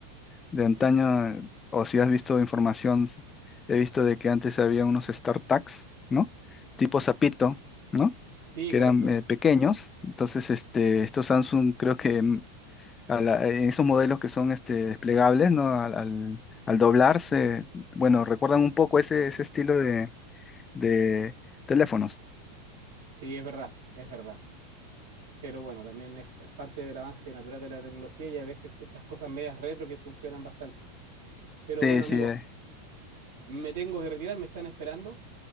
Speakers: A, on the left (about 20°); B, on the right (about 90°).
A: de antaño, eh, o si has visto información, he visto de que antes había unos StarTags, ¿no? Tipo sapito, ¿no?
B: Sí,
A: Que
B: correcto.
A: eran eh, pequeños. Entonces, este, estos Samsung creo que mm, a la- en esos modelos que son este, desplegables, ¿no? Al, al- al doblarse, bueno, recuerdan un poco ese, ese estilo de, de teléfonos.
B: Sí, es verdad, es verdad. Pero bueno, también es, es parte del avance natural de la tecnología y a veces estas cosas medias retro que funcionan bastante. Pero
A: Sí,
B: bueno,
A: sí,
B: amigos,
A: eh.
B: me tengo que retirar, me están esperando.